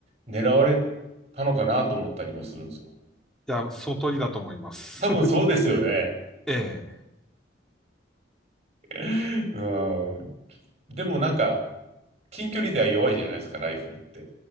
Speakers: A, on the right; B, in the centre.
A: 狙われたのかなと思ったりもするんですよ。
B: いや、その通りだと思います。
A: 多分そうですよね。
B: ええ、
A: <laughs> うん。でも、なんか、近距離では弱いじゃないですか、ライフルって。